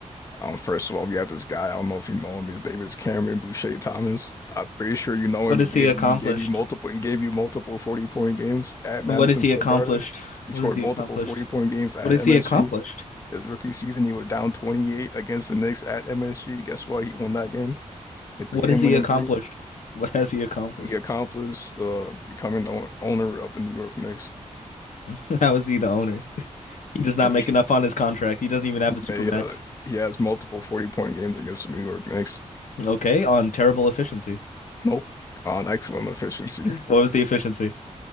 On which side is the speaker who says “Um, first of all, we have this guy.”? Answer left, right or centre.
Left